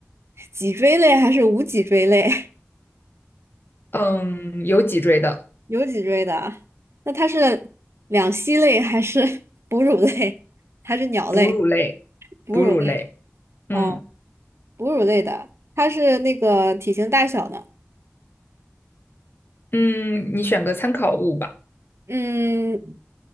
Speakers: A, on the right; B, on the left.
A: 脊椎类还是无脊椎类？
B: 嗯，有脊椎的，
A: <laughs> 有脊椎的啊那它是两栖类还是哺乳类？<laughs> 还是鸟类？
B: 哺乳类，
A: 哺乳类。
B: 哺乳类。嗯
A: 哦。哺乳类的，它是那个体型大小的，
B: 嗯，你选个参考物吧，
A: 嗯，